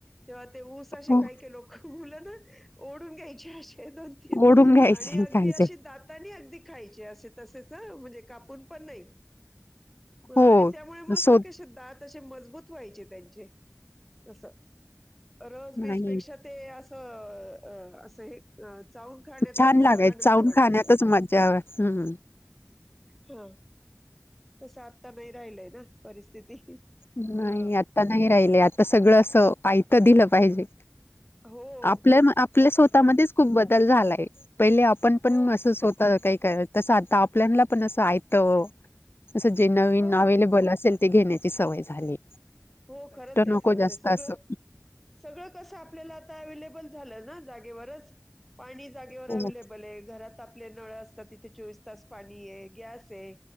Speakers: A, in the centre; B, on the left.
A: तेव्हा ते ऊस अशे
B: हो
A: लोकं, मुलं ना ओढून घ्यायचे अशे दोन-तीन
B: ओढून घ्यायचे
A: आणि अगदी
B: खायचे
A: अशे दात तानी अगदी खायचे असे तसेच हं म्हणजे कापून पण नाही.
B: हो
A: आणि त्यामुळे मस्त
B: शोध
A: कशे दात- तशे मजबूत व्हायचे त्यांचे तसं, रस-बिस
B: नाही
A: ते असं असं हे चावून खाण्यातच
B: छान
A: आनंद
B: लागाय चावून
A: वाटायचा.
B: खाण्यातच मज्जा हम्म
A: हा तसं आत्ता नाही राहिलयं ना, परिस्थिती.
B: नाही,
A: ह
B: आता नाही राहिलयं, आता सगळं असं आयतं दिलं पाहिजे.
A: हो
B: आपल्या आपल्या
A: असंच
B: स्वतःमध्येच
A: झालं
B: खूप बदल झालायं, पहिले आपण पण
A: हो
B: असंच होतं काही करत तसं आता आपल्याला पण असं आयतं, असं जे नवीन
A: हो
B: अवेलेबल असेल ते घेणे. सवय झाली.
A: हो खरंच आहे
B: नको
A: खरंच
B: जास्त
A: आहे, सगळं-
B: असं
A: सगळं कसं, आपल्याला आता अवेलेबल झालं ना जागेवरच. पाणी जागेवर अव्लेबल
B: हो
A: आहे, घरात- आपले नळ असतात, तथे चोवीस तास आहे, गॅस आहे